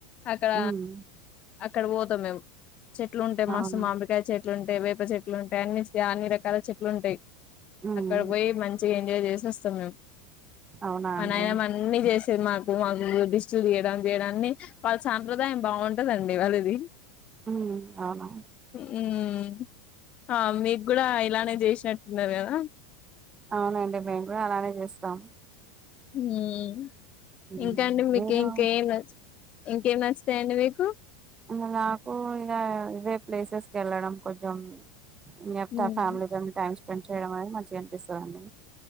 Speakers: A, on the left; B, on the right.
A: అక్కడ
B: హ్మ్
A: అక్కడ పోతాం మేము చెట్లు ఉంటాయి మస్తు
B: అవునా
A: మామిడికాయ చెట్లు చెట్లు ఉంటాయి వేప చెట్లు ఉంటాయి అన్నించి అన్ని రకాల చెట్లు ఉంటాయి
B: హ్మ్
A: అక్కడ పోయి మంచిగా ఎంజాయ్ చేస్త వస్తా మ్యామ్
B: అవునా
A: మ
B: అండి
A: నాయనమ్మ అన్ని చేసి సినిమా బన్మా దిస్ట్ తీయడానికి చేయడాన్ని వాళ్ళ సాంప్రదాయం బాగుంటదండి వాళ్ళది
B: ఉమ్ అవునా
A: హమ్ ఆ మీకు కూడా ఇలానే చేసి షట్ మీదేనా
B: అవునండి మేము గుడా అలానే చేస్తాం
A: హమ్
B: ఉమ్
A: ఇంకా అండి మీకు
B: మీరు
A: ఇంకేం ఇంకేం నచ్చతాయండి మీకు
B: అ నాకు ఇక ఇవే ప్లేసెస్ కి వెళ్ళడం కొంచెం మిగతా
A: ఉమ్
B: ఫ్యామిలీగాని టైమ్ స్పెండ్ చేయడం అని మంచిగా పిస్తా ఉన్నది